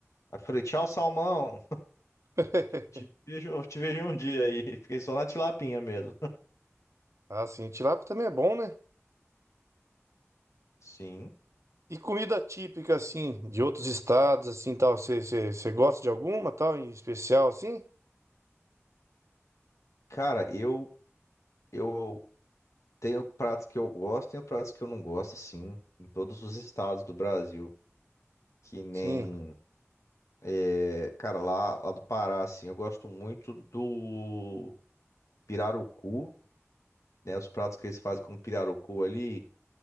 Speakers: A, on the left; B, on the right.
A: Aí eu falei, tchau, salmão.
B: <laughs>
A: Te vejo, te vejo um dia aí. <laughs> Fiquei só na tilapinha mesmo.
B: Ah, sim, tilápia também é bom, né?
A: Sim.
B: E comida típica, assim, de outros estados, assim, tal, você gosta de alguma, tal, em especial, assim?
A: Cara, eu, eu tenho pratos que eu gosto, tenho pratos que eu não gosto, sim, em todos os estados do Brasil. Que nem,
B: Sim.
A: é, cara, lá, lá do Pará, assim, eu gosto muito do pirarucu. né? Os pratos que eles fazem com pirarucu ali.